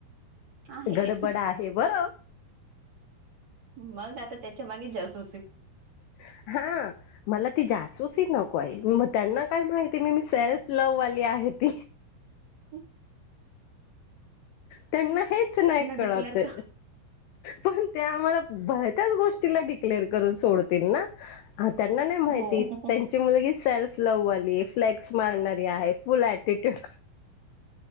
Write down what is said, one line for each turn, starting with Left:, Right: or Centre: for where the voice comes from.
Right: आहे
Left: गड. बडा आहे बर.
Right: मग आता त्याच्या मागे जासू अस
Left: <unintelligible> हा मला ती जासूस नको आहे मग त्यांना काय माहिती मी मी सेल्फ लव्हवाली आहे. हप.
Right: च
Left: त्यांना हेच नाही कळते
Right: डिक्लेअर का
Left: पण ते आम्हाला. त्या गोष्टी डिक्लेअर करून सोडतील ना. हा त्यांना नाही माहिती
Right: हो
Left: त्यांची मुलगी सेल्फ लव्ह आली फ्लेक्स मारणारी आहे फुल ऍटिट्यूड